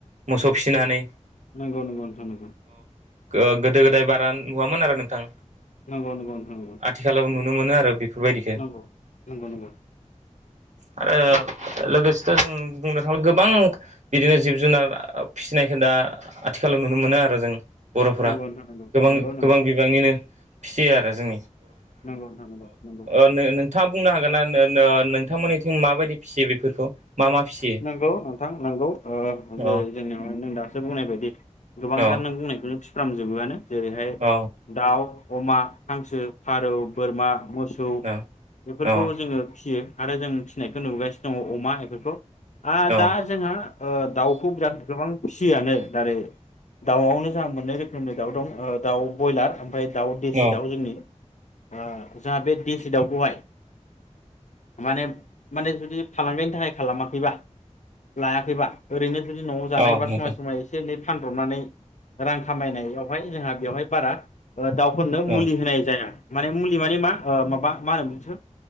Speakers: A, on the right (about 70°); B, on the left (about 70°).
A: सब फिसिनानै
B: नंगौ नंगौ नोंथां नोंथां
A: ओ गोदो गोदाय बारा नुवामोन आरो नोंथां
B: नंगौ नंगौ नोंथां नंगौ
A: आथिखालाव नुनो मोनो <unintelligible> बेफोरबायदिखो
B: नंगौ
A: <unintelligible>
B: नंगौ नंगौ
A: आरो लोगोसेथ' जों बुंनो थाङोब्ला गोबां बिदिनो जिब जुनार फिसिनायखौ दा आथिखालाव नुनो मोनो आरो जों बर'फ्रा
B: नंगौ नंगौ नोंथां
A: गोबां
B: नंगौ नंगौ
A: गोबां बिबांनिनो फिसियो आरो जों
B: नांगौ नोंथां नंगौ
A: नों नोंथाङा बुंनो हागोन ना नोंथांमोननिथिं
B: औ
A: मा बायदि फिसियो बेफोरखौ मा मा फिसियो
B: नंगौ नोंथां नंगौ ओ
A: औ
B: जेरै जोंनियाव नो दा दासो बुंनाय बायदि गोबांथार
A: औ
B: नों बुंनायखौ <unintelligible> फिफ्राराम जोबो जेरैहाय
A: औ
B: दाउ अमा हांसो फारौ बोरमा मोसौ मोसौ
A: औ
B: बेफोरखौ
A: औ
B: जोङो फिसि आरो जों फिनायखौ नुबोगासिनो दङ अमा बेफोरखौ आ
A: औ
B: दा जोंहा ओ दाउखौ बिराद गोबां फिसियानो दारै दाउआवनो जोंहा मोननै रोखोमनि दाउ दं दाउ बयलार ओमफ्राय दाउ देसि
A: औ
B: दाउ जोंनि जोंहा बे देसि दाउखौहाय माने माने जुदि फालांगिनि थाखाय खालामा खैबा लायाखैबा ओरैनो जुदि न'आव जानाय
A: औ
B: एबा
A: नोंथां
B: समाय समाय एसे सानब्रबनानै रां खामायनायावहाय जोंहा बेवहाय बारा दाउफोरनो
A: औ
B: मुलि होनाय जाया माने मुलि माने मा माबा मा होनोसो